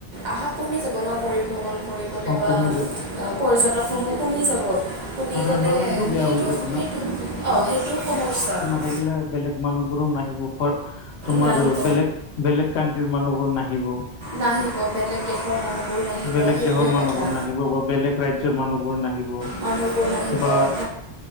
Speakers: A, on the right; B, on the left.
A: আহা কমি যাব ন পৰিভ্ৰমণ কৰি কেতিয়াবা
B: অ কমি যাব
A: পৰ্যটকসমূহ কমি যাব। কমি
B: আৰু
A: গ'লে
B: এনভাইৰনমেন্টটো বেয়া
A: সেইটো
B: হৈ যাব
A: সেইটো অঁ সেইটো সমস্যাত
B: থাকিলে বেলেগ মানুহবোৰো নাহিব <unintelligible> তোমাৰ
A: নাহিব
B: বেলেগ বেলেগ কানট্ৰিৰ মানুহবোৰ নাহিব।
A: নাহিব বেলেগ দেশৰ মানুহবোৰ নাহিব
B: বেলেগ
A: সেইটোৱে
B: দেশৰ মানুহবোৰ
A: কথা
B: নাহিব বা বেলেগ ৰাজ্য পিছৰ মানুহবোৰ নাহিব।
A: মানুহবোৰ নাহিব
B: বা
A: <unintelligible>